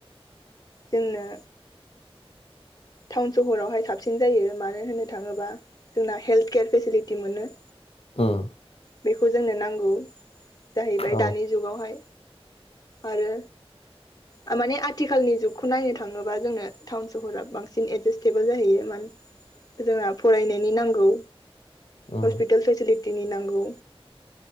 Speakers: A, on the left; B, on the left.
A: जोंनो टाउन सहरावहाय साबसिन जायो मानो होनो थाङोबा जोंना हेल्थ केयार फेसिलिटि मोनो।
B: उम
A: बेखौ जोंनो नांगौ। जाहैबाय
B: औ
A: दानि जुगावहाय आरो ओ माने आथिखालनि जुगखौ नायनो थाङोबा जोंनो टाउन सहरा बांस सिन एडजेसटेबोल जाहैय मानो जोंहा फरायनायनि नांगौ
B: उम
A: हस्पिटेल फेसिलिटिनि नांगौ